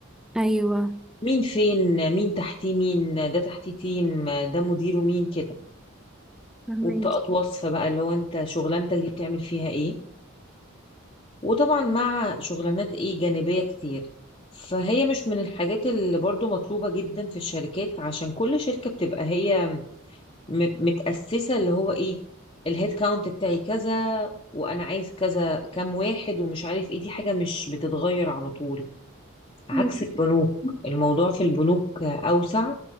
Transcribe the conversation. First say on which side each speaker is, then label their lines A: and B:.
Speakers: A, in the centre; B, on the left (about 25°).
A: ايوه
B: مين فين مين تحتيه مين ده تحتيه تيم ده مديره مين كده
A: فهميكي
B: وبطاقات وصف بقى اللي هو انت شغلانتك دي بتعمل فيها ايه وطبعا مع شغلانات ايه جانبية كتير فهي مش من الحاجات اللي برضو مطلوبة جدا في الشركات عشان كل شركة بتبقى هي م- متأسسة اللي هو ايه الهيد كاونت بتاعي كذا وانا عايز كذا كام واحد ومش عارف ايه دي حاجة مش بتتغير على طول عكس
A: مم،
B: البنوك الموضوع في البنوك اوسع